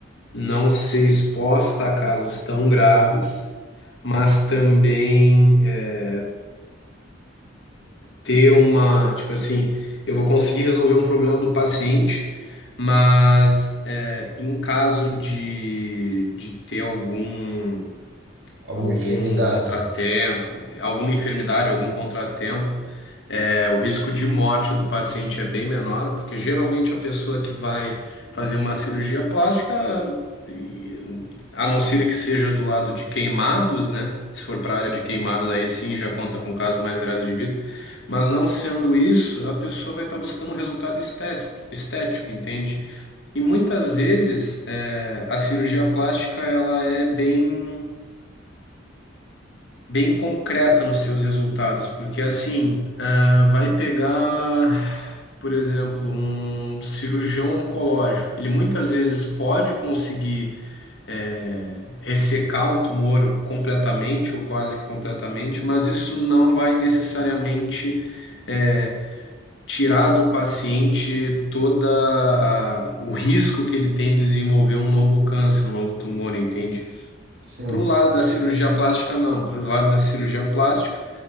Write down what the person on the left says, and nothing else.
não ser exposta a casos tão graves, mas também é, ter uma, tipo assim, eu vou conseguir resolver um problema do paciente, mas é, em caso de, de ter algum
algum
contratempo, eh, alguma enfermidade, algum contratempo, é, o risco de morte do paciente é bem menor, porque geralmente a pessoa que vai fazer uma cirurgia plástica, e- a não ser que seja do lado de queimados, né? Se for para a área de queimados, aí sim já conta com casos mais graves de vida. Mas não sendo isso, a pessoa vai estar buscando um resultado estético, estético, entende? E muitas vezes eh, a cirurgia plástica ela é bem bem concreta nos seus resultados, porque assim, ah, vai pegar, por exemplo, um cirurgião oncológico, ele muitas vezes pode conseguir eh, ressecar um tumor completamente ou quase que completamente, mas isso não vai necessariamente eh, tirar do paciente toda a- o risco que ele tem de desenvolver um novo câncer, um novo tumor, entende?
Para o lado da cirurgia plástica, não. Para o lado da cirurgia plástica